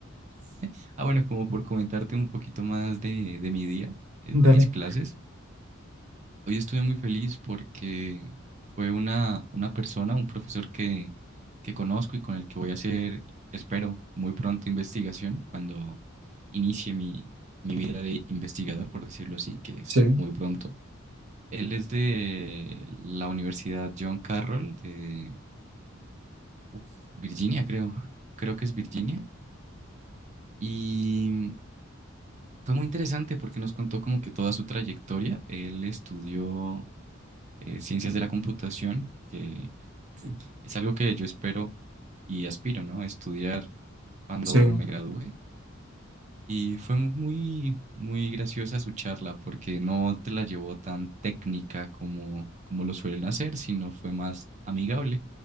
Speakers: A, on the right; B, on the right.
A: <laughs> ah, bueno, como por comentarte un poquito más de, de mi día, eh, de
B: Dale.
A: mis clases. Hoy estuve muy feliz porque fue una, una persona, un profesor que, que conozco y con el que voy a hacer, espero, muy pronto investigación cuando inicie mi, mi vida de investigador, por decirlo así, que es
B: Sí,
A: muy pronto. Él es de la Universidad John Carroll de uf, Virginia, creo. Creo que es Virginia. Y fue muy interesante porque nos contó como que toda su trayectoria. Él estudió eh, ciencias de la computación, que Es algo que yo espero y aspiro, ¿no? Estudiar cuando
B: sí,
A: me gradúe. Y fue mu- muy, muy graciosa su charla porque no te la llevó tan técnica como, como lo suelen hacer, sino fue más amigable